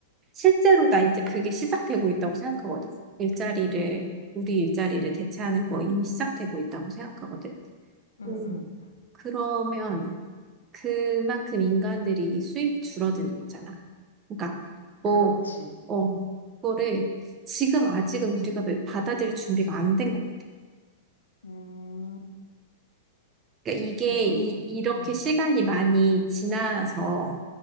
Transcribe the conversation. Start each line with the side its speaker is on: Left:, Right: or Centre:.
Right: 실제로 나 이제 그게 시작되고 있다고 생각하거든. 일자리를,
Left: 응, 응,
Right: 우리 일자리를 대체하는 거 이미 시작되고 있다고 생각하거든.
Left: 응,
Right: 음,
Left: 응.
Right: 그러면 그만큼 인간들이 수입이 줄어드는 거잖아. 그러니까 뭐,
Left: 그렇지.
Right: 어, 그거를 지금 아직은 우리가 받아들일 준비가 안된것
Left: 음.
Right: 그러니까 이게
Left: 그래서
Right: 이,
Left: 넌,
Right: 이렇게
Left: 응,
Right: 시간이 많이 지나서